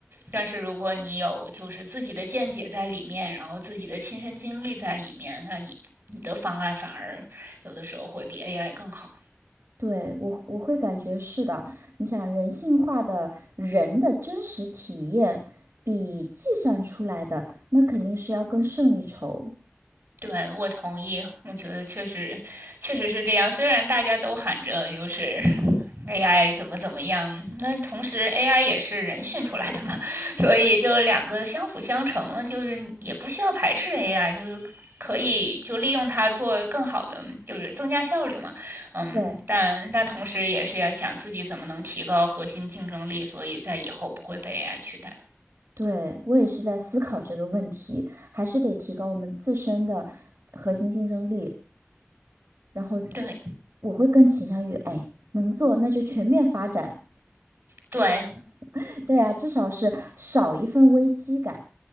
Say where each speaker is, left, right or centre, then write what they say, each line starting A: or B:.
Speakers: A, on the right; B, on the right.
A: 但是如果你有就是自己的见解在里面，然后自己的亲身经历在里面，那你你的方案反而有的时候会比 AI 更好。
B: 对，我我会感觉是的。你想，人性化的人的真实体验，比计算出来的那肯定是要更胜一筹。
A: 对，我同意，我觉得确实，确实是这样。虽然大家都喊着就是 <laughs> AI 怎么怎么样，那同时 AI 也是人训出来的嘛，<laughs> 所以就两个相辅相成，就是也不需要排斥 AI，就是可以就利用它做更好的，就是增加效率嘛。嗯，
B: 对，
A: 但但同时也是要想自己怎么能提高核心竞争力，所以在以后不会被 AI 取代。
B: 对，我也是在思考这个问题，还是得提高我们自身的核心竞争力。然后
A: 对
B: 我会更倾向于，哎，能做那就全面发展，
A: 对，
B: <laughs> 对啊，至少是少一份危机感